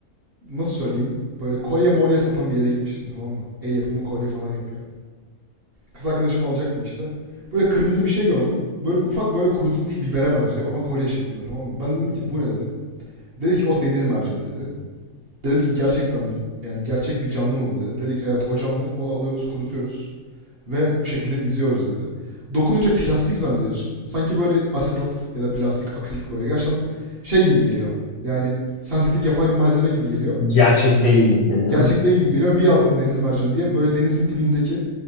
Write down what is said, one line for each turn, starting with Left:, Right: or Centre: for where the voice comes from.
Right: nasıl söyleyeyim? Böyle kolye molye satan bir yere gitmiştim tamam mı? El yapımı kolye falan yapıyor. Kız arkadaşımı alacaktım işte. Böyle kırmızı bir şey gördüm. Böyle ufak böyle kurutulmuş bibere benziyor ama kolye şeklinde tamam mı? Ben dedim ki bu ne dedim. Dedi ki o deniz mercanı dedi. Dedim ki gerçekten mi? Yani gerçek bir canlı mı bu dedim. Dedik evet o canlı. Onu alıyoruz, kurutuyoruz. ve bu şekilde diziyoruz dedi. Dokununca plastik zannediyorsun. Sanki böyle asetat ya da plastik, akrilik böyle gerçekten şey gibi geliyor. Yani sentetik yapay bir malzeme gibi geliyor.
Left: Gerçek değil gibi geliyor
Right: Gerçek
Left: değil mi?
Right: değil gibi geliyor. Bir yazdım deniz mercanı diye. Böyle denizin dibindeki